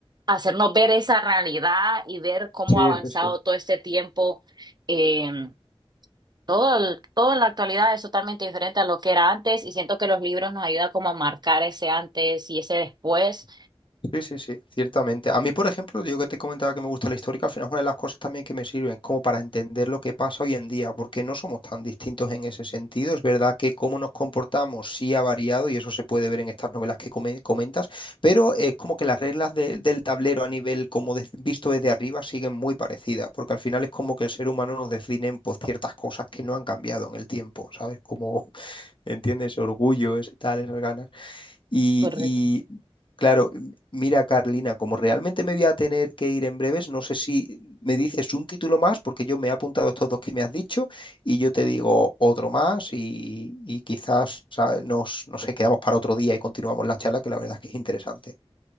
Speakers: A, on the right; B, on the left.
A: hacernos ver esa realidad y ver cómo
B: Sí,
A: ha avanzado
B: sí, sí.
A: todo este tiempo. em, todo, el- todo en la actualidad es totalmente diferente a lo que era antes y siento que los libros nos ayudan como a marcar ese antes y ese después.
B: Sí, sí, sí, ciertamente. A mí, por ejemplo, digo que te comentaba que me gusta la histórica, al final es una de las cosas también que me sirven como para entender lo que pasa hoy en día, porque no somos tan distintos en ese sentido. Es verdad que cómo nos comportamos sí ha variado y eso se puede ver en estas novelas que come- comentas, pero es como que las reglas de- del tablero a nivel como de- visto desde arriba siguen muy parecidas, porque al final es como que el ser humano nos define por ciertas cosas que no han cambiado en el tiempo, ¿sabes? Como, <laughs> ¿entiendes? Orgullo, ese tal, esas ganas. Y,
A: Correcto.
B: y, claro, m- mira Carlina, como realmente me voy a tener que ir en breves, no sé si me dices un título más, porque yo me he apuntado estos dos que me has dicho y yo te digo otro más y, y quizás ¿sabes? nos, no sé, quedamos para otro día y continuamos la charla, que la verdad es que es interesante.